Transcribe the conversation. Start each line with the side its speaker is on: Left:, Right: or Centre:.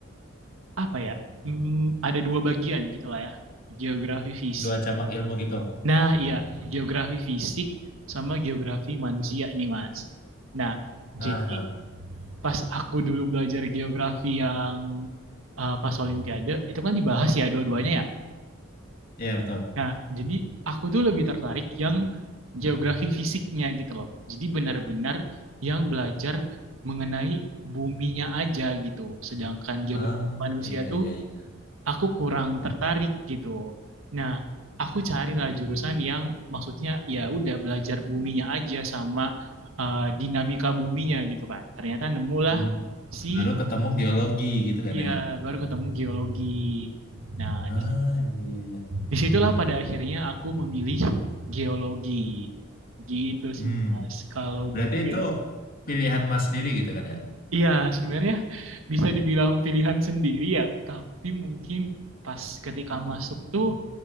Right: apa ya? Hmm, ada dua bagian gitulah ya, geografi fisik.
Left: dua cabang ilmu gitu
Right: Nah, iya, geografi fisik sama geografi manusia nih, Mas. Nah, jadi
Left: Aha.
Right: pas aku dulu belajar geografi yang eh, pas Olimpiade itu kan dibahas ya dua-duanya ya.
Left: Iya betul
Right: Nah, jadi aku tuh lebih tertarik yang geografi fisiknya gitu loh. Jadi benar-benar yang belajar mengenai buminya aja gitu. Sedangkan geografi
Left: ah
Right: manusia
Left: iya
Right: tuh
Left: iya iya
Right: aku kurang tertarik gitu. Nah, aku carilah jurusan yang maksudnya ya udah belajar buminya aja sama uh, dinamika buminya gitu kan. Ternyata nemulah
Left: Hmm.
Right: si
Left: baru ketemu geologi gitu kan
Right: ya
Left: ya
Right: baru ketemu geologi. Nah, di
Left: ah iya iya iya
Right: Disitulah pada akhirnya aku memilih geologi. Gitu
Left: hmm
Right: sih Mas, kalau
Left: Berarti
Right: dulu
Left: itu
Right: ya.
Left: pilihan Mas sendiri gitu kan ya?
Right: Iya, sebenarnya bisa dibilang pilihan sendiri ya, tapi mungkin pas ketika masuk tuh